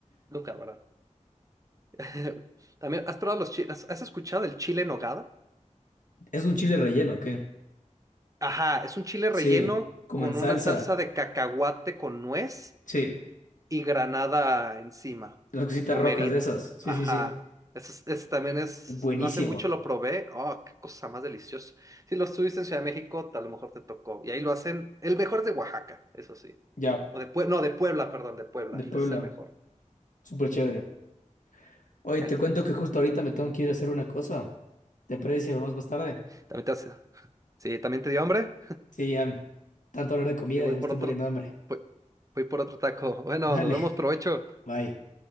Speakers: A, on the right; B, on the left.
A: Nunca, ¿verdad? <laughs> También, ¿has probado los chiles? ¿Has has escuchado el chile en nogada?
B: ¿Es un chile relleno, qué?
A: Ajá, es un chile
B: Sí,
A: relleno
B: como
A: con
B: en salsa.
A: una salsa de cacahuate con nuez
B: Sí,
A: y Granada encima,
B: las cositas
A: o Pomerino.
B: rojas de esas. Sí,
A: Ajá.
B: sí, sí.
A: Ese, es- ese también es,
B: Es buenísimo.
A: no hace mucho lo probé. Oh, qué cosa más deliciosa. Si lo estuviste en Ciudad de México, a lo mejor te tocó. Y ahí lo hacen, el mejor es de Oaxaca, eso sí.
B: Ya,
A: O de Puebla, no, de Puebla, perdón, de Puebla.
B: de Puebla.
A: Ese es el mejor.
B: Súper chévere. Oye,
A: Eh,
B: te cuento que justo ahorita me tengo que ir a hacer una cosa. ¿Te parece si hablamos más tarde?
A: También te hace- Sí, también te dio hambre.
B: Sí, ya. Tanto hablar de comida,
A: Yo voy
B: ya me
A: por
B: estoy
A: otro,
B: muriendo de hambre.
A: voy, voy por otro taco. <laughs> Bueno,
B: <laughs> Dale.
A: nos vemos, provecho.
B: Bye.